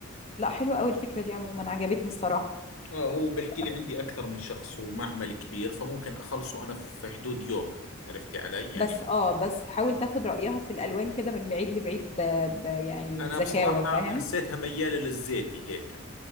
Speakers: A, on the left (about 30°); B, on the left (about 80°).
A: لا حلوة قوي الفكرة دي عموما عجبتني الصراحة
B: اه هو بيحكي
A: ف-
B: لي عندي اكثر من شخص ومعمل كبير فممكن اخلصه انا في حدود يوم عرفتي علي يعني
A: بس اه بس حاول تاخد رأيها في الالوان كده من بعيد لبعيد ب... ب... يعني
B: انا
A: بذكاوة
B: بصراحة
A: فاهم
B: حسيتها ميالة للزيتي هيك